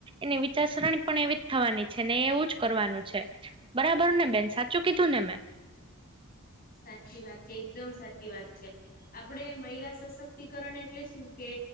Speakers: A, on the right; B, on the left.
A: એની વિચારસરણી પણ એવી જ થવાની છે ને એવું જ કરવાનું છે બરાબર ને બેન સાચું કીધું ને મેં.
B: સાચી વાત છે એકદમ સાચી વાત છે. આપણેે મહિલા સશક્તિકરણ એટલે શું કે